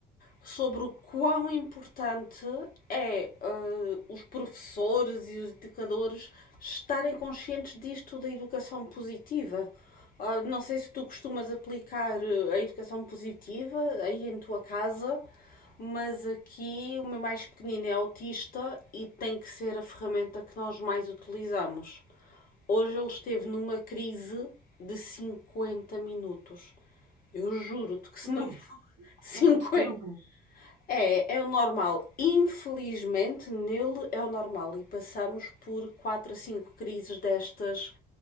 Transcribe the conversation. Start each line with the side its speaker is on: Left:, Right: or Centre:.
Left: sobre o quão importante é eh, os professores e os educadores estarem conscientes disto da educação positiva. Ah, não sei se tu costumas aplicar eh, a educação positiva aí em tua casa, mas aqui o meu mais pequenino é autista e tem que ser a ferramenta que nós mais utilizamos. Hoje ele esteve numa crise de 50 minutos. Eu juro-te que se
Right: Ui,
Left: não for <laughs> cinquenta
Right: isso é muito tempo.
Left: É, é o normal. Infelizmente, nele é o normal. E passamos por 4 a 5 crises destas